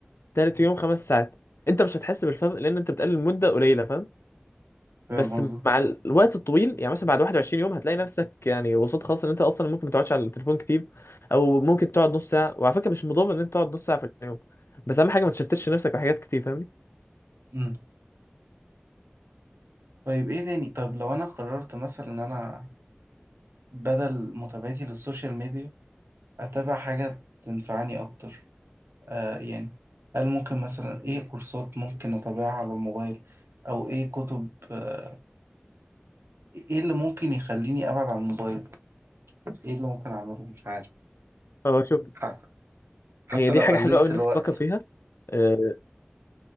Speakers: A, on the left (about 75°); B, on the right (about 75°).
A: تالت يوم خمس ساعات انت مش هتحس بالفرق لان انت بتقلل مده قليله فاهم
B: فاهم
A: بس
B: قصدك
A: مع الوقت الطويل يعني مثلا بعد 21 يوم هتلاقي نفسك يعني وصلت خلاص ان انت اصلا ممكن ما تقعدش على التليفون كتير او ممكن تقعد نص ساعه وعلى فكره مش مضر ان انت تقعد نص ساعه في اليوم بس اهم حاجه ما تشتتش نفسك بحاجات كتير فاهمني
B: أمم. طيب ايه تاني طب لو انا قررت مثلا ان انا بدل متابعتي للسوشيال ميديا اتابع حاجة تنفعني اكتر آه يعني هل ممكن مثلا ايه كورسات ممكن اتابعها على الموبايل او ايه كتب آه ايه اللي ممكن يخليني ابعد عن الموبايل ايه اللي ممكن اعمله مش عارف
A: هو شوف
B: حتى حتى
A: هي دي
B: لو
A: حاجه
B: قللت
A: حلوه قوي ان
B: الوقت
A: انت تفكر فيها آه،